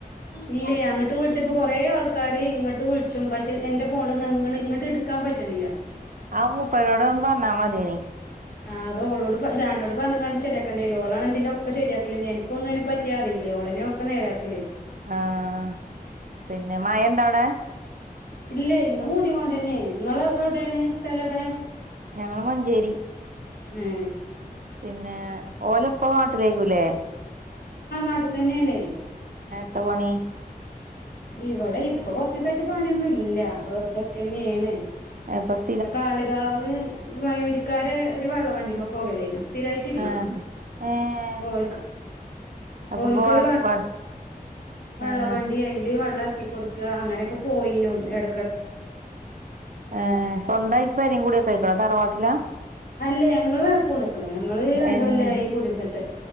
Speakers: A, on the left; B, on the right.
A: ല്ല്യാ അങ്ങട്ട് വിളിച്ചപ്പോ കൊറേ ആൾ ക്കാര് ഇങ്ങട്ട് വിളിച്ചും പക്ഷെ എന്റെ ഫോണിന്ന് ഇങ്ങള് ഇങ്ങട്ടെടുക്കാൻ പറ്റണില്ല
B: ആ പൂപ്പേനോടൊന്ന് പറഞ്ഞാ മതിന്
A: ആഹ്‌ അത് ഓളോട് പ ഷാനോട് പറഞ്ഞങ്ങാണ്ട് ശരിയാക്കേണ്ട വരും ഓളാണ് ഇന്തിന്റെയൊക്കെ ശരിയാക്കല് ഇനി എന്ക്കൊന്നും ഇതിനെ പറ്റി അറിയ് വിലിയ യോളനെ ഒക്ക നേരാക്കല്ലേ
B: ആഹ പിന്നെ മഴ എന്താ അവിടെ
A: ഇല്ല ഇന്നും കൂടൊണ്ടന്നെയാണ് നിങ്ങള് എവിടെയാണ് സ്ഥലം എവിടെ
B: ഞങ്ങ മഞ്ചേരി
A: ഹേ
B: പിന്നെ ഓലപ്പനാട്ടിലേക്കുല്ലേ
A: നാട്ട് തന്നെയാണ്
B: ഇത്ത പണി
A: ഇവിടെ ഇപ്പൊ കൊറച്ചസൈട്ട് പണിയൊന്നും ഇല്ല വെറുതൊക്കെന്നെയണ്
B: ആ ബസ്
A: കാളികാവ് വയൂരിക്കാരെ ഒരു വള്ളം വണ്ടിമ്മ പോകലേനു സ്ഥിരായിട്ടില്ല
B: ആഹ് ഏഹ്
A: ഓൽക്
B: അപ്പൊ
A: ഓൽക്കാെരു
B: ഇപ്പൊ
A: വ വെള്ളം
B: ഏഹ്
A: വണ്ടി അയില് വെള്ളം ഇറക്കി കൊടുക്കുക അങ്ങനെയൊക്കെ പോയിനും എട
B: ഏ സ്വന്തായിട്ട് പരീംങ്കുടി ഒക്കെ അയ്ക്ക്ണോ തറവാട്ടിലാ
A: അല്ലേ ഞങ്ങള് വേറെ പോന്ന്ക്ക്ണ് ഞങ്ങള് രണ്ട്
B: ഏഹ്
A: കൊല്ലായി കുടിര്ന്നിട്ട്